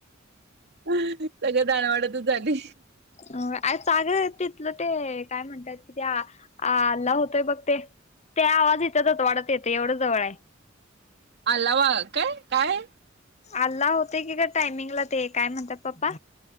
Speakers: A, on the right; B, on the left.
A: सगळं दानवाड्यातच झाले.
B: अ आ पाग तिथलं ते काय म्हणतात कि त्या अल्ला होतोय बघ ते ते आवाज इथच होत वाढत येतं एवढं जवळ आहे
A: अलावा काय काय आहे
B: अल्ला होते की का टायमिंगला ते काय म्हणतात पप्पा